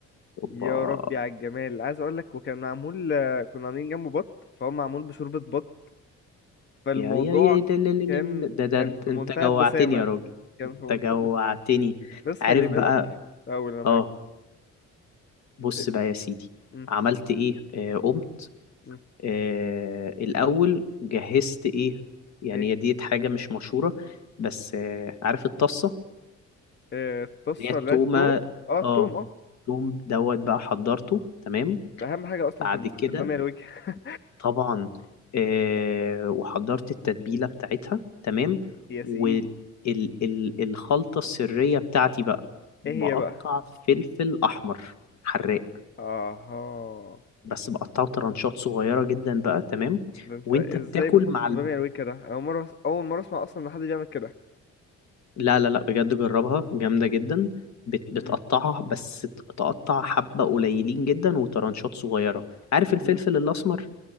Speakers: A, on the left; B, on the left.
A: اوبا
B: يا ربي على الجمال عايز اقول لك وكان معمول آه، كنا عاملين جنبه بط فهو معمول بشوربه بط فالموضوع
A: يا يا يا ده ده, ده,
B: كان
A: ده, ده, ده
B: كان
A: انت,
B: في
A: انت
B: منتهى
A: جوعتني
B: الدسامه
A: يا راجل
B: كان
A: انت
B: في منتهى
A: جوعتني
B: الدسامه بس
A: عارف
B: خلي بالك
A: بقى
B: اول انا معاك
A: اه بص
B: ال...
A: بقى يا سيدي
B: م-
A: عملت ايه آه قمت
B: م-
A: آه الأول جهزت إيه يعني
B: ايه
A: هي ديت حاجة مش مشهورة بس آه عارف الطاسة
B: آه، الطاسة
A: اللي هي التومة
B: لا التوم اه التوم
A: اه
B: اه
A: التوم دوت بقى حضرته تمام
B: ده أهم حاجة أصلا
A: بعد
B: في الب-
A: كده
B: في البامية الوجه <laughs>
A: طبعا آه وحضرت التتبيلة بتاعتها تمام
B: يا سيدي
A: والخلطة السرية بتاعتي بقى بقطع
B: ايه هي بقى؟
A: فلفل أحمر حراق
B: اها
A: بس بقطعه ترانشات صغيرة جدا بقى تمام
B: ده انت
A: وانت
B: ازاي
A: بتاكل
B: بتحطه
A: مع
B: في
A: الب...
B: بامية الوجه ده؟ أنا أول مرة أس- أول مرة أسمع أصلا إن حد بيعمل كده
A: لا لا لا بجد جربها جامدة جدا بت بتقطعها
B: مم.
A: بس ت- تقطع حبة قليلين جدا وترانشات صغيرة عارف
B: مهم.
A: الفلفل الأسمر